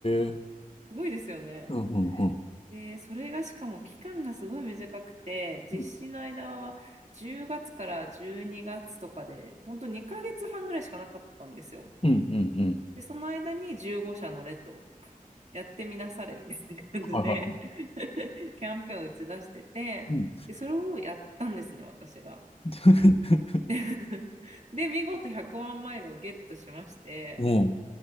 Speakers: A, on the left (about 40°); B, on the right (about 50°).
A: え。
B: すごいですよね。
A: うんうんうん。
B: で、それがしかも期間がすごい短くて、実施の間は10月から12月とかで、
A: うん
B: 本当2ヶ月半ぐらいしかなかったんですよ。
A: うんうん。
B: で、その間に15社乗れと。やってみなされみたいな感じで
A: はいはい。
B: <laughs> キャンペーンを打ち出してて、
A: うん。
B: で、それをやったんですね、私が
A: <laughs>
B: <laughs>。で、見事100万マイルをゲットしまして、
A: もう